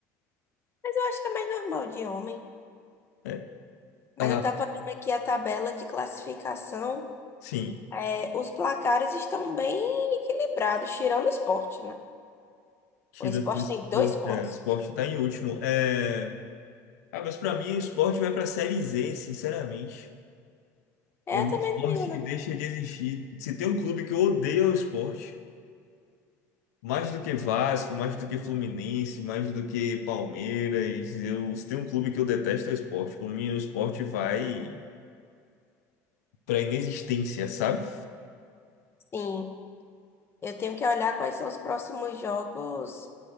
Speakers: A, on the left; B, on the left.
A: Mas eu acho que é mais normal de homem.
B: É,
A: Mas
B: ah,
A: eu tava vendo aqui a tabela de classificação.
B: sim,
A: É, os placares estão bem equilibrados, tirando o esporte, né?
B: tirando
A: O esporte
B: o esporte,
A: tem dois pontos.
B: é, o esporte tá em último. É... Ah, mas pra mim o esporte vai pra Série Z, sinceramente.
A: É,
B: O
A: eu
B: esporte
A: também não ligo, não.
B: deixa de existir. Se tem um clube que eu odeio é o esporte. Mais do que Vasco, mais do que Fluminense, mais do que Palmeiras. Eu, se tem um clube que eu detesto é o esporte. Por mim, o esporte vai pra inexistência, sabe?
A: Sim, eu tenho que olhar quais são os próximos jogos